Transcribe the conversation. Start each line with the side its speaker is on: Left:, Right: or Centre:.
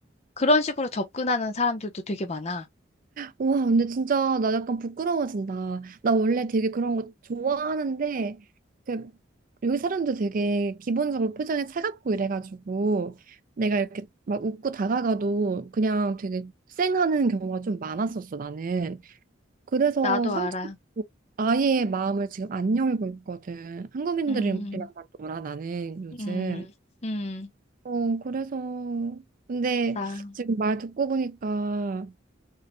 Left: 그런 식으로 접근하는 사람들도 되게 많아.
Right: 와, 근데 진짜 나 약간 부끄러워진다. 나 원래 되게 그런 거 좋아하는데, 그, 여기 사람들 되게 기본적으로 표정이 차갑고 이래가지고, 내가 이렇게 막 웃고 다가가도 그냥 되게 쌩하는 경우가 좀 많았었어, 나는. 그래서
Left: 나도
Right: 상처,
Left: 알아.
Right: 아예 마음을 지금 안 열고 있거든. 한국인들이랑
Left: 음,
Right: 놀아, 나는 요즘.
Left: 음, 음.
Right: 어, 그래서 근데
Left: 나
Right: 지금 말 듣고 보니까